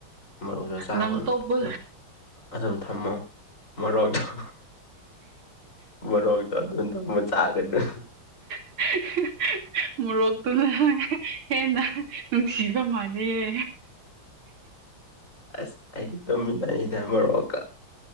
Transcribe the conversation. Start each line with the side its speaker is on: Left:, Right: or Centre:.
Left: ꯃꯣꯔꯣꯛꯗ ꯆꯥꯒꯅꯣ
Right: ꯂꯪꯇꯣꯞꯄ
Left: ꯑꯗꯨꯝ ꯑꯗꯨꯝ ꯊꯝꯃꯣ ꯃꯣꯔꯣꯛꯇꫭ ꯃꯣꯔꯣꯛꯇ ꯑꯗꯨꯝ ꯇꯝꯃꯥ ꯆꯥꯒꯅꯣ
Right: <unintelligible> ꯃꯣꯔꯣꯛꯇꯨꯅ ꯍꯦꯟꯅ ꯅꯨꯡꯁꯤꯕ ꯃꯥꯥꯟꯂꯤꯍꯦ
Left: ꯑꯁ ꯑꯩꯗꯤ ꯇꯨꯝꯃꯤꯟꯅ ꯑꯩꯅ ꯃꯔꯣꯛꯀ